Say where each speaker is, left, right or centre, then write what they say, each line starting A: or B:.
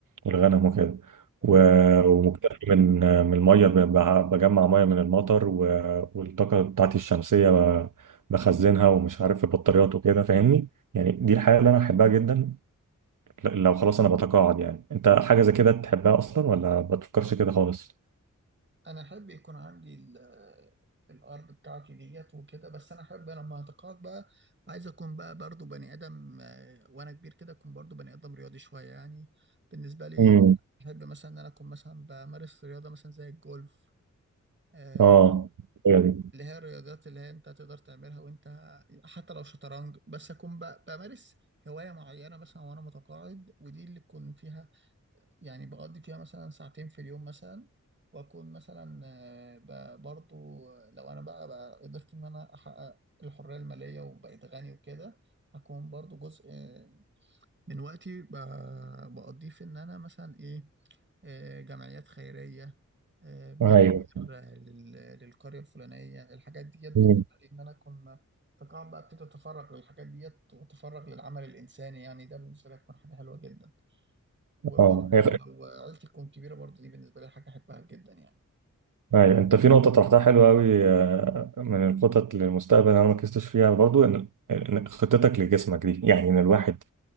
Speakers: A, on the right (about 85°); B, on the right (about 40°).
A: والغنم وكده
B: يعني
A: و- ومكتفي من من المية ب- ب- بجمع مية من المطر و- والطاقة بتاعتي الشمسية ب- بخزنها ومش عارف في بطاريات وكده فاهمني يعني دي الحياة اللي أنا أحبها جدا ل- لو خلاص أنا بتقاعد يعني أنت حاجة زي كده تحبها أصلا ولا ما بتفكرش كده خالص؟
B: انا احب يكون عندي ال- الارض بتاعتي ديت وكده بس انا احب لما هتقاعد بقى عايز اكون بقى برضو بني ادم آه، وانا كبير كده اكون برضو بني ادم رياضي شويه يعني بالنسبه لي
A: امم
B: احب مثلا ان انا اكون مثلا بمارس رياضه مثلا زي الجولف آه،
A: اه هي دي
B: اللي هي الرياضات اللي هي انت تقدر تعملها وانت حتى لو شطرنج بس اكون بقى بمارس هوايه معينه مثلا وانا متقاعد ودي اللي تكون فيها يعني بقضي فيها مثلا ساعتين في اليوم مثلا واكون مثلا آه، ب- برضو آه، لو انا بقى, بقى قدرت ان انا احقق الحرية المالية وبقيت غني وكده هكون برضو جزء آه، من وقتي ب- بقضيه في ان انا مثلا ايه آه، جمعيات خيرية آه، بنعمل
A: ايوه
B: خير آه، لل- للقرية الفلانية الحاجات ديت
A: مم.
B: بالنسبة لي ان انا اكون تقاعد بقى ابتدي اتفرغ للحاجات ديت واتفرغ للعمل الانساني يعني ده بالنسبة لي هتكون حاجة حلوة جدا وبرضه
A: اه هي
B: لو عيلتي تكون كبيرة برضه دي بالنسبة لي حاجة أحبها جدا يعني
A: أيوة. انت في نقطة طرحتها حلوة أوي آه، من الخطط للمستقبل أنا ما ركزتش فيها برضو إن إن خطتك لجسمك دي يعني إن الواحد